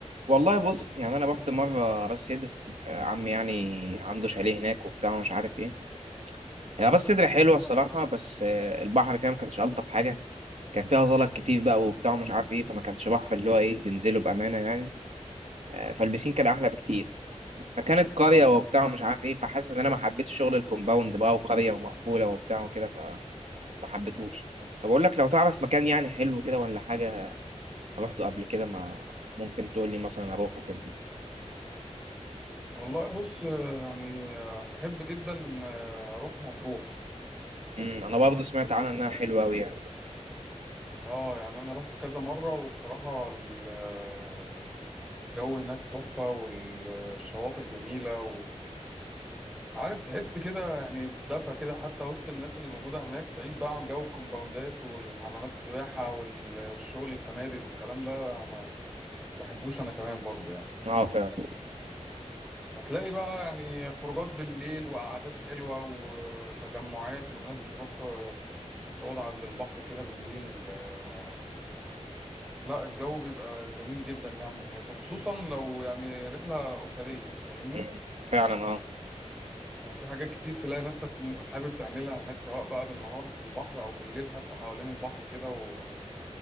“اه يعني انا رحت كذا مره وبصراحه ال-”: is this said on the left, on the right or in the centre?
Centre